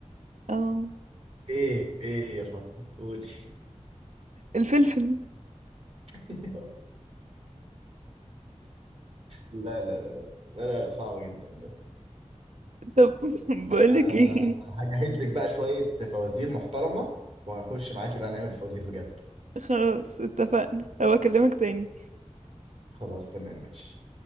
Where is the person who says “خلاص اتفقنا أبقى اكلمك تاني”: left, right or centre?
Right